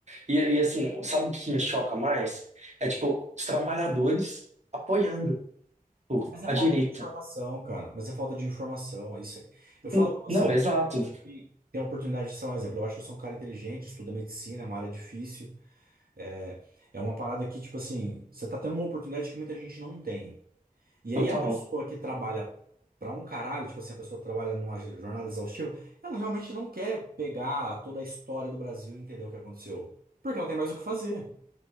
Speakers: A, on the right (about 50°); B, on the right (about 85°).
A: E, e assim, sabe o que me choca mais? É tipo, os trabalhadores apoiando pô,
B: Mas é
A: a
B: falta
A: direita.
B: de informação, cara. Mas é falta de informação. é Isso é- Eu falo
A: N-
B: pra você,
A: Não, exato,
B: tem, tem a oportunidade de ser um exemplo. Eu acho que eu sou um cara inteligente, estuda medicina, é uma área difícil. É, é uma parada que, tipo assim, você tá tendo uma oportunidade que muita gente não tem. E aí
A: total,
B: a pessoa que trabalha pra um caralho, tipo assim, a pessoa que trabalha numa jornada exaustiva, ela realmente não quer pegar toda a história do Brasil e entender o que aconteceu, porque ela tem mais o que fazer,